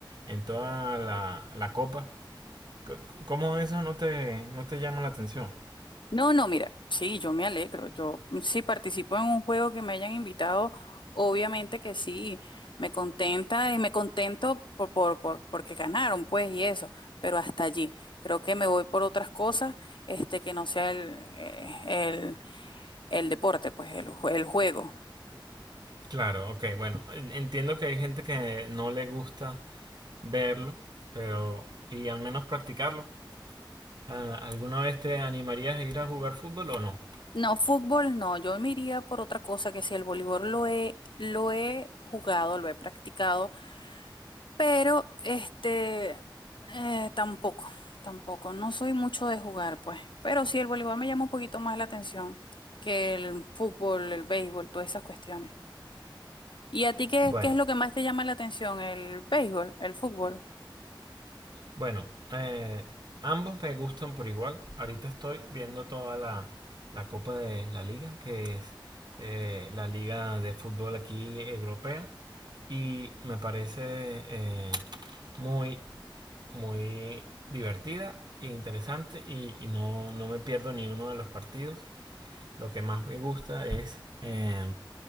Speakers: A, on the right; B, on the left.
A: en toda la, la copa. C- ¿Cómo eso no te, no te llama la atención?
B: No, no, mira, sí, yo me alegro. Yo si participo en un juego que me hayan invitado, obviamente que sí, me contenta y me contento por, por, por, porque ganaron, pues, y eso, pero hasta allí. Creo que me voy por otras cosas, este, que no sea el, eh, el El deporte, pues el, jue- el juego.
A: Claro, ok, bueno, entiendo que hay gente que no le gusta verlo, pero y al menos practicarlo. Ah, ¿Alguna vez te animarías a ir a jugar fútbol o no?
B: No, fútbol no, yo me iría por otra cosa que si el voleibol lo he, lo he jugado, lo he practicado, pero este eh, tampoco, tampoco, no soy mucho de jugar, pues. Pero sí, el voleibol me llama un poquito más la atención que el fútbol, el béisbol, todas esas cuestiones. ¿Y a ti qué,
A: Bueno,
B: qué es lo que más te llama la atención? ¿El béisbol? ¿El fútbol?
A: bueno, eh, ambos me gustan por igual. Ahorita estoy viendo toda la, la Copa de la Liga, que es eh, la liga de fútbol aquí europea, y me parece eh, muy muy divertida e interesante y, y no, no me pierdo ni uno de los partidos. Lo que más me gusta es eh,